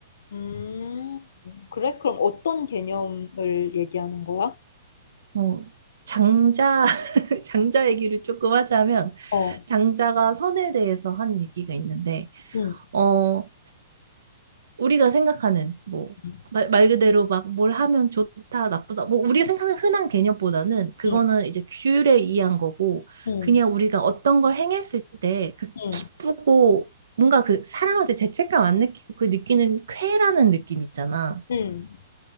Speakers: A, on the left; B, on the right.
A: 음, 그래? 그럼 어떤 개념을 얘기하는 거야?
B: 어, 장자, <laughs> 장자 얘기를 조금 하자면
A: 어,
B: 장자가 선에 대해서 한 얘기가 있는데,
A: 응,
B: 어, 우리가 생각하는 뭐
A: 응,
B: 말, 말 그대로 막 뭘 하면 좋다, 나쁘다. 뭐 우리가 생각하는 흔한 개념보다는 그거는
A: 응,
B: 이제 규율에 의한 거고
A: 응,
B: 그냥 우리가 어떤 걸 행했을 때 그
A: 응,
B: 기쁘고 뭔가 그 사람한테 죄책감 안 느끼고 그 느끼는 쾌라는 느낌 있잖아.
A: 응,